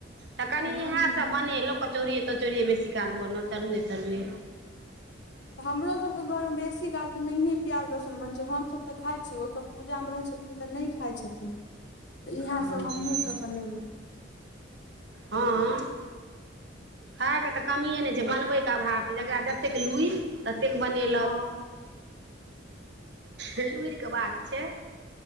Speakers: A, on the right; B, on the left.
A: तऽ कनी
B: हूँ
A: इएह सभ बनेलहु कचौड़िये तचौरिेये बेसी काल बनल तरुए तरुए।
B: हमरो सभके घरमे बेसी काल त नहियए प्याज लहसुन बन छै हमसभ तऽ खाइ छी ओसब पूजामे रहै छथिन तऽ नहि खाइ छथिन त इएह
A: हँ
B: सभ हमहुँ सभ बनेलहुँं
A: हा खायके तऽ कमिए नहि छै बनबैके अभाव छै जकरा जतेक लुइड़ि ततेक बनेलक।
B: हँ
A: लूएल के बात छै